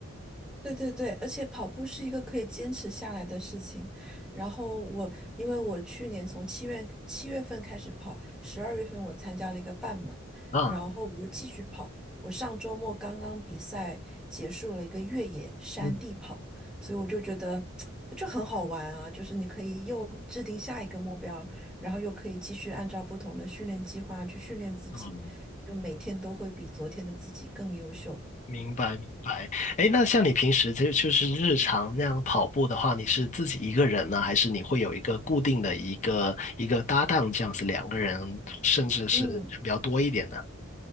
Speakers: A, in the centre; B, on the left.
A: 对对对，而且跑步是一个可以坚持下来的事情。然后我，因为我去年从七月七月份开始跑，十二月份我参加了一个半马，
B: 啊。
A: 然后我又继续跑。我上周末刚刚比赛结束了一个越野山地跑，
B: 嗯
A: 所以我就觉得 <tsk> 就很好玩啊，就是你可以又制定下一个目标，然后又可以继续按照不同的训练计划去训练自己，
B: 嗯，
A: 就每天都会比昨天的自己更优秀。
B: 明白明白。哎，那像你平时就就是日常那样跑步的话，你是自己一个人呢，还是你会有一个固定的一个一个搭档这样子，两个人甚至是比较多一点的？
A: 嗯，